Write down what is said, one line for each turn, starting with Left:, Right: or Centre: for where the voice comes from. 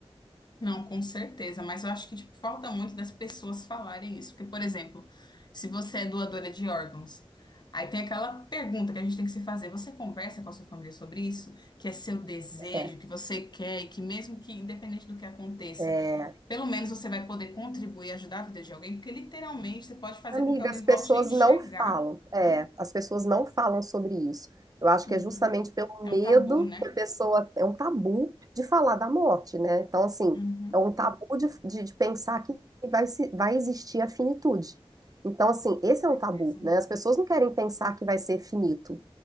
Left: Não, com certeza, mas eu acho que tipo, falta muito das pessoas falarem isso. Porque, por exemplo, se você é doadora de órgãos, aí tem aquela pergunta que a gente tem que se fazer: você conversa com a sua família sobre isso? Que é seu desejo,
Right: É.
Left: que você quer, e que mesmo que, independente do que aconteça,
Right: é.
Left: pelo menos você vai poder contribuir e ajudar a vida de alguém, porque literalmente você pode fazer
Right: Amiga,
Left: com que alguém
Right: as
Left: volte
Right: pessoas
Left: a enxergar,
Right: não falam. É,
Left: né?
Right: as pessoas não falam sobre isso. Eu acho
Left: Uhum.
Right: que é justamente pelo
Left: É
Right: medo
Left: um tabu, né?
Right: que a pessoa. É um tabu de falar da morte, né? Então, assim,
Left: Uhum.
Right: é um
Left: Com
Right: tabu de, de, de pensar que vai, se, vai existir a finitude. Então, assim, esse
Left: certeza.
Right: é um tabu, né? As pessoas não querem pensar que vai ser finito.